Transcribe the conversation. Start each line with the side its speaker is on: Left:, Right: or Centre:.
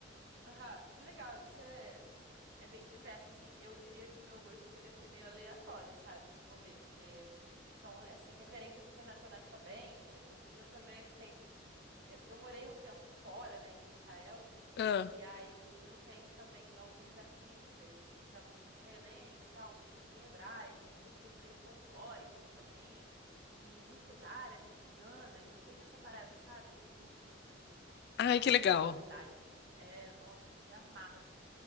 Right: Aham, que legal. Isso é, é bem diverso, assim. Eu diria que o meu gosto chega a ser meio aleatório, sabe? Se for ver, porque são, assim, referências internacionais também. E, tipo, eu também tenho. Eu, eu morei um tempo fora, né, em Israel,
Left: Ah,
Right: e aí eu tenho também alguns artistas da música israelense, e tal, músicas em hebraico, músicas meio folclóricas também, e músicas árabes, ciganas. Eu tenho essa parada, sabe? Eu curto muito assim
Left: ai,
Right: essas
Left: que
Right: sonoridades.
Left: legal.
Right: É, nossa, me amarro assim.